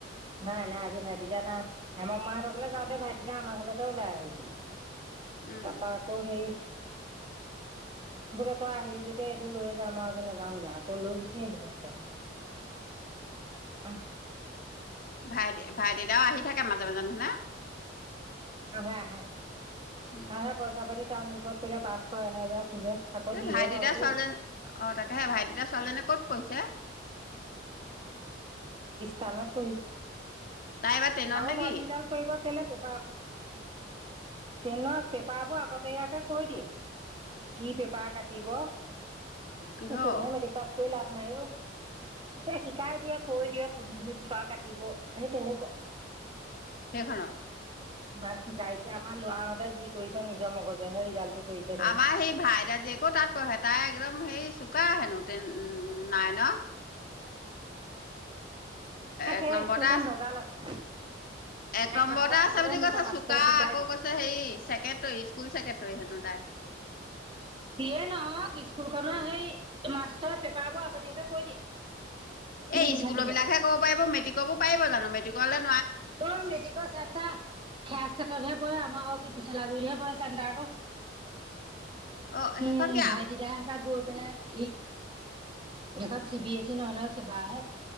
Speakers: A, on the right; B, on the left.
A: নাই
B: অ
A: নাই আজি ভাইটি টা না হেমৰ মা হতৰ ঘৰলৈ যাওঁতে ভাইটিদা আমাৰ ঘৰলৈকে ওলাই আহিছিলে ।
B: উম
A: তাপা
B: উম
A: আকৌ সেই, বোলে তই আহি যেতিয়া এইটো লৈয়ে যা মই আজিলে নাযাওঁগে। আকৌ লৈ গুচি আহিলে সেইকাৰণে । অহ।
B: ভাই ভাইটি দাও আহি থাকে মাজে যাব জানে না
A: অ হা হা
B: উম
A: আহে পইচা পাতি টান বিপত কৰিলে পাঁচশ এহেজাৰ খোজে। আকৌ
B: এই
A: দিয়ে
B: ভাইটিদাৰ
A: বাৰু দেই
B: চোৱালীজনী, অ তাকেহে সেই ভাইটিদাৰ চোৱালীজনী ক'ত- কৈছে?
A: তাওনত পঢ়িছে।
B: তাই এইবাৰ টেনত
A: আৰু
B: নেকি
A: ভাল ৰিজাল্ট কৰিব কেলে। পেপাৰ তেনে পেপাৰ বোৰ আগতেীয়াকে কৈ দিয়ে কি পেপাৰ কাটিব।
B: কিহৰ
A: টেনৰ মেট্ৰিক পাছ। এক লাভ নাই অ' ত শিকাই দিয়ক কৈ দিয়া কোনখিপা কাটিব সেই তেনেকুৱা
B: সেইখনত
A: ইমান শিকাই এতিয়া আমাৰ লৰা হঁতে যি কৰিছে নিজৰ মগজেহে ৰিজাল্টটো। কৰিছে ধৰ
B: আমাৰ সেই ভাইদা জীয়েকেও তাত পঢ়ে তাই একদম সেই চোকা হেনো। Ten nine.
A: সেই
B: এক নম্বৰতে
A: স্কুলখন ভেজাল আছে
B: এক নম্বৰতে
A: নম্বৰত থাকিলেও
B: আছে বুলি
A: মিছা
B: কৈছে
A: মাষ্টৰে
B: চোকা
A: শিকাই
B: আকৌ
A: দিয়ে।
B: কৈছে হেৰি ছেক্ৰেটৰী স্কুল ছেক্ৰেটৰী সেই ত,
A: যিয়ে নহওক স্কুলখনৰ
B: উম
A: হেৰি। মাষ্টৰৰ পেপাৰ বোৰ আগতীয়াকে কৈ দিয়ে। লিংক
B: এই স্কুলৰ
A: থাকিলে
B: বিলাক হে কব পাৰিব মেট্ৰিকৰ বোৰ পাৰিব জানো মেট্ৰিক। গলত।
A: ত মেট্ৰিকৰ চেণ্টাৰ। কেত্ৰতহে পৰে আমাৰ কি পিছলাগুৰিতহে পৰে চেণ্টাৰটো।
B: অ সেইখন
A: উম
B: কি
A: ভাইটি দাহপাই গৈ পেলাই। এইখন চি বি এছ ই নহয় নহয় ছেবা হে